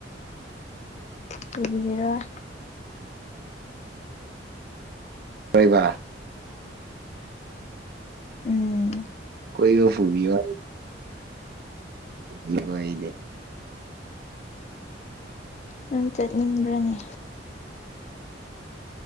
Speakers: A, on the left; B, on the right.
A: ꯄꯨꯕꯤꯔꯔꯣꯏ
B: ꯍꯣꯏꯕ
A: ꯎꯝ
B: ꯀꯣꯏ ꯐꯨꯕꯤꯌꯣ ꯍꯥꯏ ꯌꯦꯡꯉꯣꯏ ꯑꯩꯗꯤ
A: ꯅꯪ ꯆꯠꯅꯤꯡꯕ꯭ꯔꯅꯦ꯫